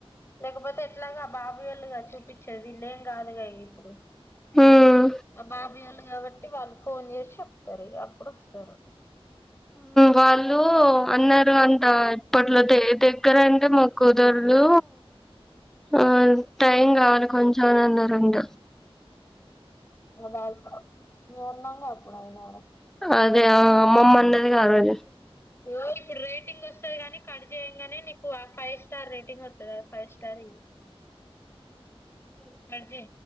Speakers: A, on the left (about 25°); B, in the centre.
A: లేకపోతే ఎట్లాగా బాబు వాళ్ళే గా చూపించేది. ఏమ్ కాదులే ఇగ ఇప్పుడు
B: ఉమ్
A: హా బాబాయ్ వాళ్ళు కాబట్టి ఒకటి వాళ్ళు ఫోన్ చేసి చెప్తారు ఇక అప్పుడు వస్తారు
B: వాళ్ళు అన్నారు అంట ఇప్పట్లో ఐతే దగ్గర అంటే మొక్కుతారు. ఆ టైం కావాలి కొంచెం అని అన్నారంట
A: అ వాళ్లు మీం ఉన్నాంగా అప్పుడైనా కానీ
B: అదే ఆ అమ్మమ్మ అన్నది కదా అదే
A: ఓ ఇప్పుడు రేటింగ్ వస్తది కానీ కట్ చేయంగానే నీకు ఆ ఫైవ్ స్టార్ రేటింగ్ వస్తుంది ఫైవ్ స్టార్ ఆజీ